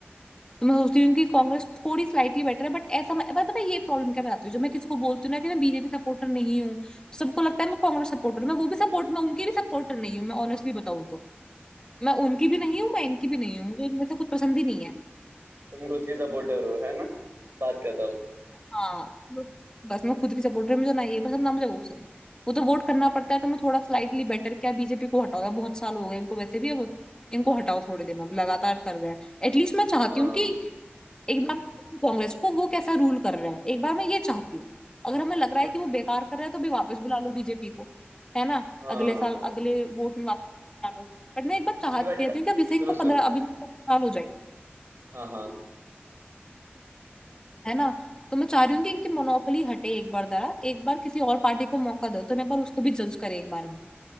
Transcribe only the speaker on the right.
तुम खुद की सपोर्टर हो है ना बात करता हूँ
हाँ
बट
हाँ
नहीं बट
सुनो
सुनो
लाइक
हाँ हाँ